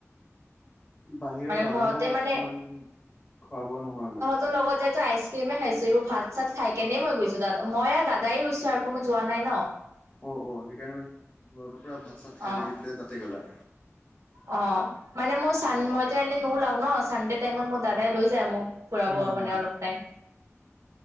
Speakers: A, on the left (about 30°); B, on the right (about 75°).
A: বাহিৰত
B: মানে
A: দাদাহঁতৰ
B: ঘৰতে
A: লগত
B: মানে
A: ইমান খোৱা বোৱা নহয় মানে
B: ত লগত যাই তো আইচ ক্ৰীমে খাইছো এইবোৰ ভাত চাত খাই কেনে মই গৈছো দা মই আৰু দাদাই গৈছো আৰু। কোনো যোৱা নাই ন'
A: অ -অ সেইকাৰণে মানে ঘৰৰ পৰা পুৰা ভাত চাত খাই
B: অ
A: মেলি পেলাই তাতে গ'লা।
B: অ' মানে মই চান মইতো এনেই নো ওলাও ন চানডে টাইমত মোৰ দাদাই লৈ যায় মোক। ফুৰাব
A: হা হা
B: মানে অলপ টাইম।